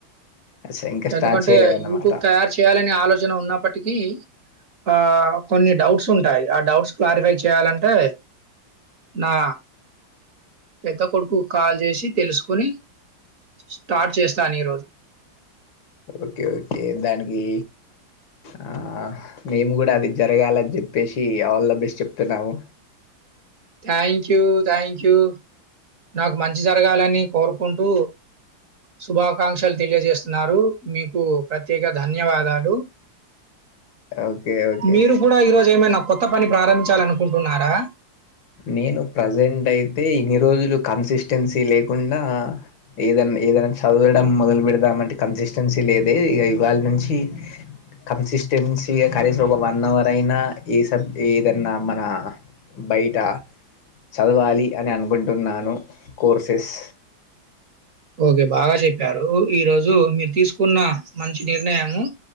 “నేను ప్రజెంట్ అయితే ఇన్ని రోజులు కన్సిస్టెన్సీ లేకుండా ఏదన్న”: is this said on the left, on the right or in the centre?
Left